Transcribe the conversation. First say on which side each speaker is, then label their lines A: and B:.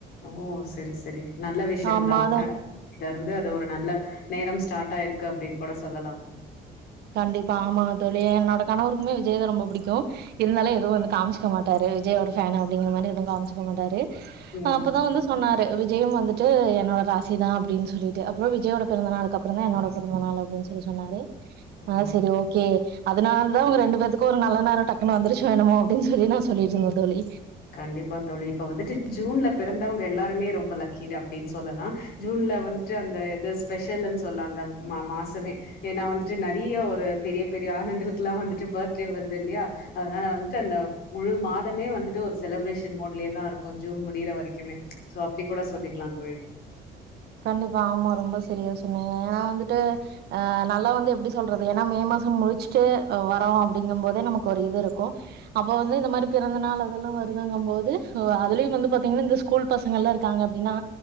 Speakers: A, on the left (about 65°); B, on the right (about 75°).
A: ஓ செரி செரி நல்ல விஷ்யம்தா
B: ஆமா அது
A: <inaudible> இருந்து அத ஒரு நல்ல நேரம் ஸ்டாட் ஆயிருக்கு அப்டின் கூட சொல்லலாம்
B: கண்டிப்பா ஆமா தோழி என்னோட கணவருக்குமே விஜய் தா ரொம்ப புடிக்கு இருந்தாலு எதுவு வந்து காமிச்சுக்க மாட்டாரு விஜயோட ஃபேனு அப்டிங்கிற மாரி எதுவு காமிச்சுக்க மாட்டாரு
A: ம்
B: அப்பதா வந்து சொன்னாரு விஜயும் வந்து ட்டு என்னோட ராசி தா அப்டின் சொல்லிட்டு அப்றொ விஜயோட பிறந்த நாளுக்கப்றொந் தா என்னோட பிறந்த நாள் அப்டின் சொல்லி சொன்னாரு ஆ
A: ம்
B: செரி ஓகே அதுனால் தா உங்க ரெண்டு பேத்து க்கு ஒரு நல்ல நேரொ டக்குனு வந்துருச்சோ என்னமோ அப்டின் சொல்லி நா சொல்லிட்ருந்த தோழி
A: கண்டிப்பா தோழி இப்ப வந்துட்டு ஜூன்ல பிறந்தவுங்க எல்லாருமே ரொம்ப லக்கீடு அப்டின் சொல்லலா ஜூன்ல வந்துட்டு அந்த எது ஸ்பெஷலுனு சொல்லா அந்த மா மாசமே ஏனா வந்துட்டு நெறைய ஒரு பெரிய பெரிய ஆளுங்களுக்குலா வந்துட்டு பர்த்டே வருதுல்லயா அதுனால வந்துட்டு அந்த முழு மாதமே வந்துட்டு ஒரு செலிப்ரேஷன் மோட்லயே தா இருக்கு ஜூன் முடியிற வரைக்குமே சோ அப்டி கூட சொல்லிக்லாம் தோழி
B: கண்டிப்பா ஆமா ரொம்ப சரியா சொன்னிங்க ஏனா வந்துட்டு அ நல்லா வந்து எப்டி சொல்றது ஏனா மே மாசம் முடிச்சுட்டு வரோ அப்டிங்கம் போதே நமக்கு ஒரு இது இருக்கு அப்ப வந்து இந்த மாரி பிறந்த நாள் அதெல்லா வருதுங்கம்போது அதுலயு வந்து பாத்தீங்னா இந்த ஸ்கூல் பசங்கள்லா இருக்காங்க அப்டின்னா